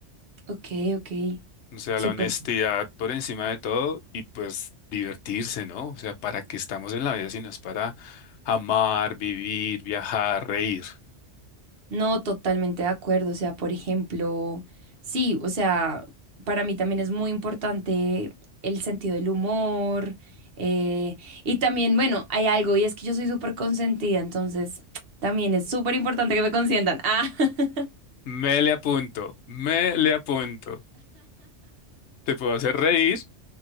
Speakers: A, on the right; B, on the left.
A: Ok, ok.
B: O sea,
A: Súper
B: la honestidad por encima de todo y pues divertirse, ¿no? O sea, ¿para qué estamos en la vida si no es para amar, vivir, viajar, reír?
A: No, totalmente de acuerdo. O sea, por ejemplo, sí, o sea, para mí también es muy importante el sentido del humor. eh, y también, bueno, hay algo, y es que yo soy súper consentida, entonces <tsk> también es súper importante que me consientan. Ah, <laughs>
B: Me le apunto, me le apunto. Te puedo hacer reír